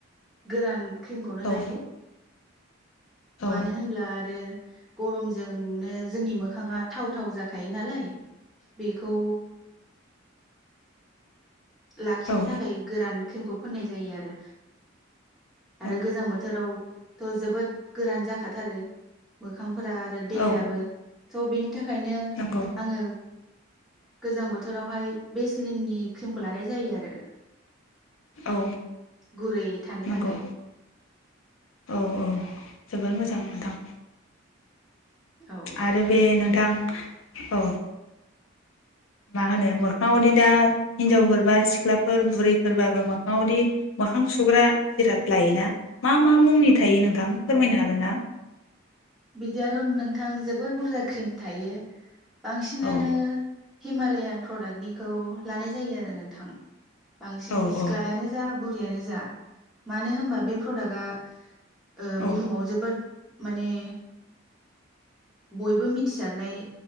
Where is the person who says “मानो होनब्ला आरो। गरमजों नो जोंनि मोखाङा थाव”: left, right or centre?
Centre